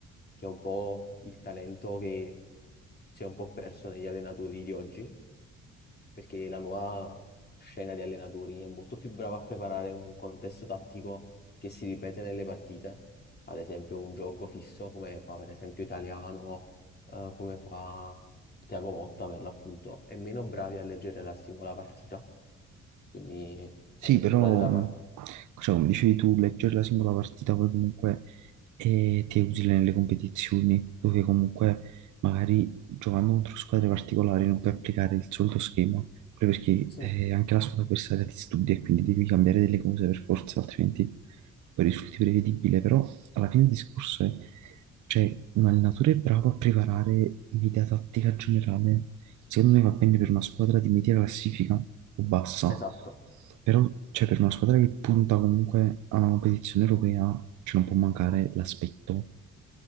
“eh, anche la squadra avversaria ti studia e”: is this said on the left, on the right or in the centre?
Right